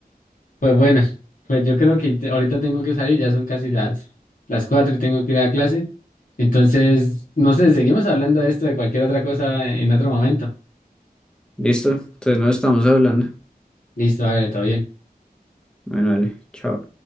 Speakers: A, on the left (about 60°); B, in the centre.
A: pues bueno, pues yo creo que te- ahorita tengo que salir, ya son casi las, las 4 y tengo que ir a clase. Entonces, no sé, seguimos hablando de esto, de cualquier otra cosa en en otro momento.
B: Listo, entonces no estamos hablando.
A: Listo, hágale, todo bien.
B: Bueno, vale, chao.